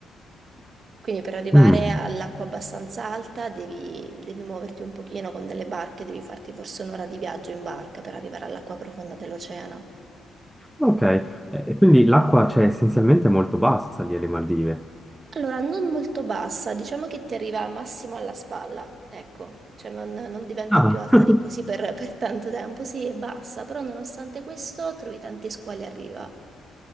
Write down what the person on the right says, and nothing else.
Quindi per arrivare
all'acqua abbastanza alta devi, devi muoverti un pochino con delle barche, devi farti forse un'ora di viaggio in barca per arrivare all'acqua profonda dell'oceano.
Allora, non molto bassa, diciamo che ti arriva al massimo alla spalla, ecco, cioè non, non diventa
più alta
di così per, <laughs> per tanto tempo, sì, è bassa, però nonostante questo trovi tanti squali a riva,